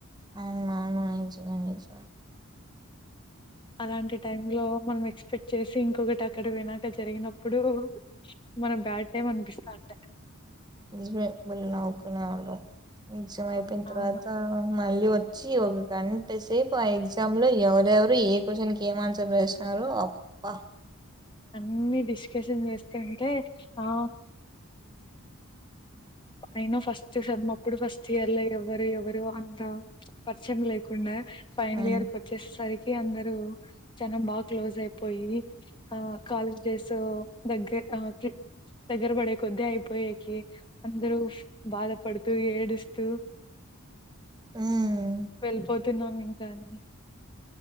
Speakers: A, on the right (about 20°); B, on the left (about 20°).
A: అనుమా నిజుమ నిజు
B: అలాంటి టై లో మనం ఎక్స్పెక్ట్ చేసి ఇంకొకటి అక్కడ వినాక జరిగినప్పుడు మన బ్యాడ్ టైమ్ అనిపిస్తుంది అంటే
A: నిజమ బళ్ళ నావుకునే వె ఎజామ్యిపో త
B: అవును
A: అత మళ్ళ వచ్చి ఒక గంట సేపు ఆ ఎగ్జామ్ లో ఎవరెవరు ఏ క్వశ్చన్ క ఏం ఆన్సర్ వసినారో అప్ప
B: అన్ని డిస్కషన్ చేస్త ఆ అయినా ఫస్ట్ అప్పుడు ఫస్ట్ ఇయర్ లో ఎవరు ఎవరు అంత పరిచయం లేకుండా ఫైనల్
A: ఉమ్
B: ఇయర్ క వచ్చేసరికి ఏ అందరు చాల బాగా క్లోజ్ అయిపోయి ఆ కాలేజ్ డేస్ దగ్గర దగ్గర పడే కొద్దీ అయిపోయేకి అందరు ష్ బాధపడుతూ, ఏడుస్తూ
A: ఉమ్.
B: వెళ్ళిపోతున్నాం ఇ కానీ